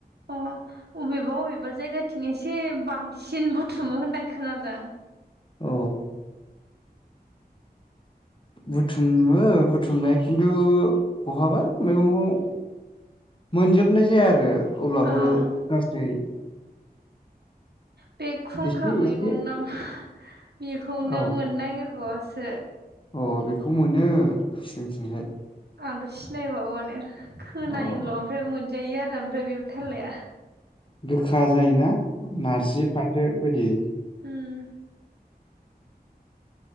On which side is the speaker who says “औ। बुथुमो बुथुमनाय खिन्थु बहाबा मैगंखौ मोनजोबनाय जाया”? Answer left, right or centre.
Left